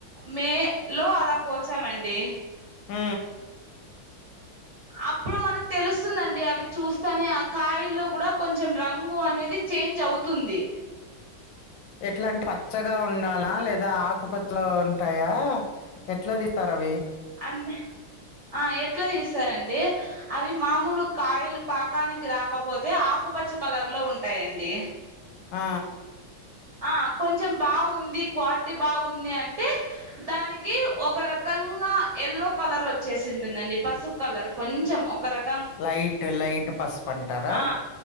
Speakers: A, on the right; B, on the left.
A: మే లో అలా కోసామండి
B: ఊ <inaudible>
A: అప్పుడు మనకు తెలుస్తుందండి అవి చూస్తానే ఆ కాయల్లో కూడా కొంచెం రంగు అనేది చేంజ్ అవుతుంది
B: ఎట్లా అంట పచ్చగా ఉండాల లేదా ఆకుపచ్చలో ఉంటాయా ఎట్లా తీతరు అవి
A: అంద ఆ ఎట్లా తీస్సరండి. అవి మామూలు కాయలు పాకానికి రాకపోతే ఆకుపచ్చ కలర్లో ఉంటాయండి
B: ఆ
A: ఆ కొంచెం బాగుంది క్వాలిటీ బాగుంది అంటే దానికి ఒక రకంగా ఎల్లో కలర్ ఒచ్చేసి ఉంటుందండి పసుపు కలర్ కొంచెం ఒక రక
B: లైట్ లైట్ పసుపు అంటారా
A: ఆ